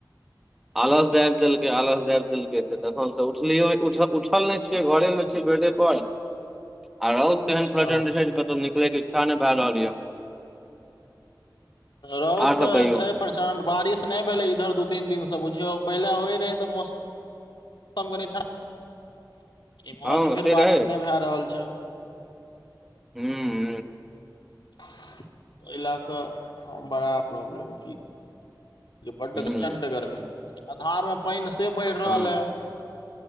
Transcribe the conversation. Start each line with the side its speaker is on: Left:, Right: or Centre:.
Centre: आलस दाबि देलकै आलस दाबि देलकै से तखन से उठलियो। उठल नहि छियै घरेमे छियै बेडे पर। आ रहुत
Left: अच्छा
Centre: एहन प्रचंड छै जे कतहु निकले के इच्छा नहि भए रहल य
Left: रौद
Centre: आर
Left: तऽ
Centre: सब कहियौ
Left: छै प्रचंड बारिश नहि भेलै इधर दू तीन दिन से बुझियौ पहिले होय रह त मौम मौस कनि ठड इमहर
Centre: हँ
Left: से फेर बारिश
Centre: रहै
Left: नहि भए रहल छै। <inaudible>
Centre: हू।
Left: ओहि लए क बड़ा प्रॉब्लम क बड़
Centre: हूँ
Left: चंड गर्मी आधार मे पानि से बढ़ि रहल
Centre: हँ
Left: है